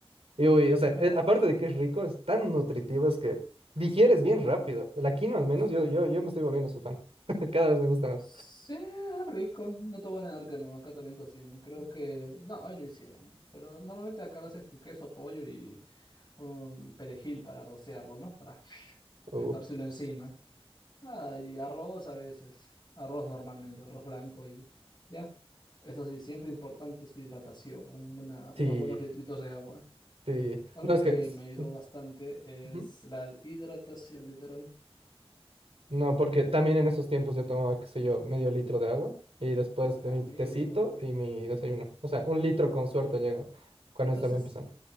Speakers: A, on the right (about 75°); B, on the left (about 35°).
A: Y uy, o sea, eh,
B: Claro.
A: aparte de que es rico, es tan nutritivo, es que digieres bien
B: Mm,
A: rápido. La quinoa al menos,
B: sí.
A: yo, yo, yo me estoy volviendo su fan. <laughs> Cada vez me gusta más.
B: Sí, es rico, no te voy a negar que no, acá también cocinan. Creo que, no, hoy no hicieron, pero normalmente acá lo hacen con queso, pollo y un perejil para rociarlo, ¿no? Para <sniffs>
A: Uh,
B: esparcirlo encima. Ah, y arroz a veces, arroz normalmente, arroz blanco y ya. Eso sí, siempre importante su hidratación, una-
A: sí,
B: unos buenos litritos de agua.
A: sí.
B: Algo
A: No, es
B: que
A: que... es-
B: me ayudó bastante
A: ujú.
B: es la hidratación, literal.
A: No, porque también en esos tiempos yo tomaba, qué sé yo, medio litro de agua y después
B: Buah,
A: de mi
B: amigo.
A: tecito y mi desayuno. O sea, un litro con suerte llegaba cuando
B: Entonces...
A: estaba empezando.